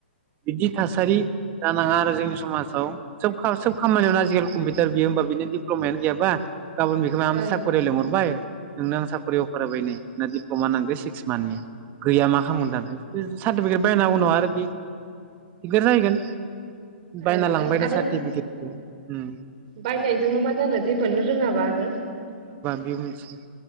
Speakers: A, on the right (about 30°); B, on the right (about 45°).
A: बिबदि थासारि जानाङा आरो जोंनि समासाव सोब खा सोब खामानियावनो आजिखालि कमपि सोरबियो होमबा बिनि डिप्ल'मायानो गैयाबा गाबोन बेखो माबा मोनसे
B: ओं
A: साख'रिया लेंहरबाय नोंनो आं साख'रि अफार होबाय नै ना दिप्ल'मा नांगो सिक्स मान्थनि गैया मा खालामगोन दा बे ओ सार्टिफिकेट बायना
B: ओं
A: उनाव आरो बि दिगार जाहैगोन। बायना
B: ओं
A: लांबाय दे
B: आरो
A: सार्टिफिकेटखौ हम
B: बायनायजोंल' मा जानो जेबो आनो रोङाबा आरो।
A: बेबो मोनसे।